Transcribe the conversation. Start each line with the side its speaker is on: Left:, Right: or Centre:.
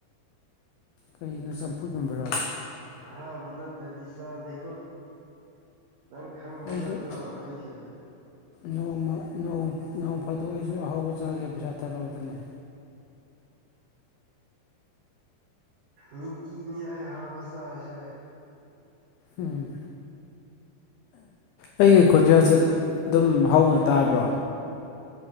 Left: ꯀꯅꯣ ꯆꯝꯐꯨꯠꯒꯨꯝꯕꯔꯣ
Right: ꯑꯥꯍꯥꯕ ꯇꯠꯇꯗꯤ ꯆꯥꯗꯦ ꯅꯪ ꯈꯪꯕ
Left: ꯑꯩꯁꯨ
Right: ꯅꯠꯇ꯭ꯔꯣ ꯑꯩꯁꯦ
Left: ꯅꯣꯡꯃ ꯅꯣꯡ ꯅꯣꯡ ꯐꯥꯗꯣꯛ ꯑꯩꯁꯨ ꯑꯍꯥꯎꯕ ꯆꯥꯒꯦ ꯄꯩꯁꯥ ꯊꯥꯔꯛꯎꯗꯅ
Right: ꯃꯤꯀꯤ ꯅꯏ ꯍꯥꯥꯕꯁꯁ
Left: ꯎꯝ ꯑꯩꯒꯤ ꯈꯣꯟꯖꯦꯜꯁꯦ ꯑꯗꯨꯝ ꯍꯧꯥꯎꯅ ꯇꯥꯕ꯭ꯔꯣ